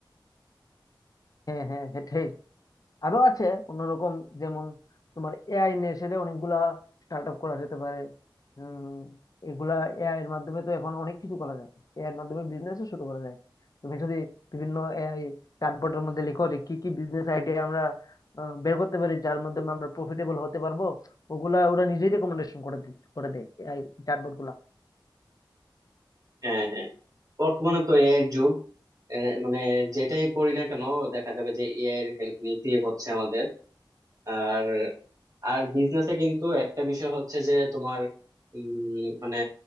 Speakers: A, on the left (about 45°); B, on the right (about 45°).
A: হ্যাঁ হ্যাঁ সেটাই আরো আছে অন্যরকম যেমন তোমার এআই নিয়ে এসে অনেকগুলা স্টার্ট আপ করা যেতে পারে উম এগুলা এআই এর মাধ্যমে তো এখন অনেক কিছু করা যায় এআই এর মাধ্যমে বিজনেসও শুরু করা যায় তুমি যদি বিভিন্ন এআই চ্যাটবটের মধ্যে লিখো যে কি কি বিজনেস আইডিয়া আমরা আহ, বের করতে পারি যার মাধ্যমে আমরা প্রফিটেবল হতে পারবো ওগুলা ওরা নিজেই রেকমেন্ডেশন করে দি- করে দেয় এআই চ্যাটবট
B: হ্যাঁ হ্যাঁ বর্তমানে তো এআই এর যুগ আহ, মানে যেটাই করি না কেন দেখা যাবে যে এআই এর হেল্প নিতে হচ্ছে আমাদের আর আর বিজনেসে কিন্তু একটা বিষয় হচ্ছে যে তোমার উম, মানে